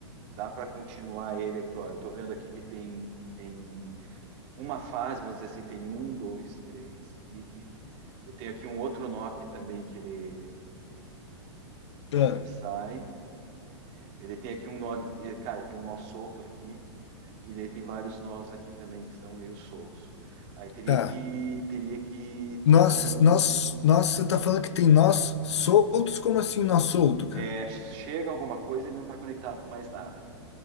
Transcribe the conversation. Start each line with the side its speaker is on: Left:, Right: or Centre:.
Right: dá para continuar ele aqui, ó. Eu tô vendo aqui que tem tem uma fase, vamos dizer assim, tem um, dois, três, trique. Eu tenho aqui um outro nó aqui também que ele
Left: ah.
Right: Ele sai. Ele tem aqui um nó, de- eh, cara, tem um nó solto aqui, e daí tem vários nós aqui também que estão meio soltos. Aí teria
Left: Tá.
Right: que teria que
Left: Nós,
Right: fazer um
Left: nós, nós, você tá falando que tem nós soltos? Como assim nós solto, cara?
Right: é, chega alguma coisa, e ele não está conectado com mais nada.